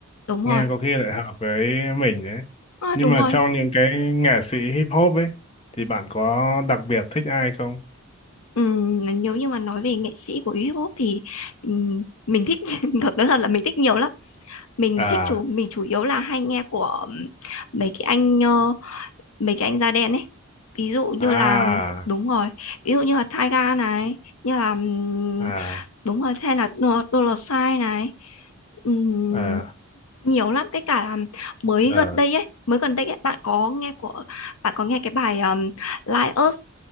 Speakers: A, on the left; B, on the left.
A: đúng
B: nghe
A: rồi.
B: có khi lại hợp với mình ấy
A: À,
B: nhưng
A: đúng
B: mà
A: rồi.
B: trong những cái nghệ sĩ hip hop ấy thì bạn có đặc biệt thích ai không
A: Ừ, nếu như mà nói về nghệ sĩ của hip-hop thì ừm, mình thích <laughs> thật nói thật là mình thích nhiều lắm. Mình
B: à
A: thích chủ mình chủ yếu là hay nghe của ừm, mấy cái anh ờ, mấy cái anh da đen ấy. Ví dụ như
B: à
A: là đúng rồi, ví dụ như là Tyga này, như là ừm,
B: à
A: đúng rồi hay là ờ, Dollar Sign này. Ừm,
B: à,
A: nhiều lắm cái cả là mới
B: à.
A: gần đây ấy, mới gần đây ấy, bạn có nghe của bạn có nghe cái bài um, Like Us